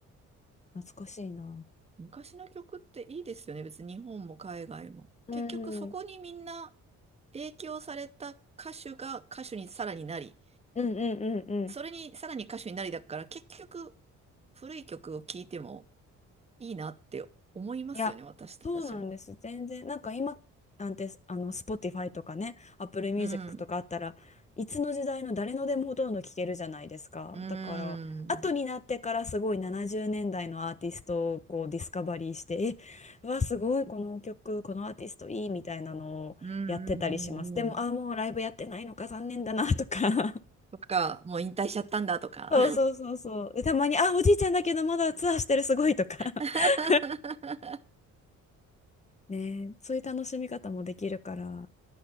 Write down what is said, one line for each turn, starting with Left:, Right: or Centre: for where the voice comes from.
Left: 懐かしいな。
Right: 昔の曲っていいですよね。別に日本も海外も。
Left: うん、
Right: 結局そこにみんな
Left: うん
Right: 影響された歌手が歌手にさらになり、
Left: うんうんうん
Right: それにさらに歌手になりだから、結局、古い曲を聴いてもいいなって思いますよね、
Left: いや、
Right: 私たちも。
Left: そうなんです。全然、なんか今なんて、あの、Spotify とかね、Apple Music
Right: うん。
Left: とかあったらいつの時代の誰のでもほとんど聴けるじゃないですか。
Right: うん。
Left: だから、後になってからすごい70年代のアーティストをこうディスカバリーして、え、うわ、すごい、この曲、このアーティストいいみたいなのをやってたりします。
Right: うんうんうんうん。
Left: でも、あ、もうライブやってないのか、残念だなとか。<laughs>
Right: とか、もう引退しちゃったんだとか。
Left: そうそうそうそう。で、たまに、あ、おじいちゃんだけどまだツアーしてる、すごいとか。<laughs>
Right: <laughs>
Left: ねえ、そういう楽しみ方もできるから。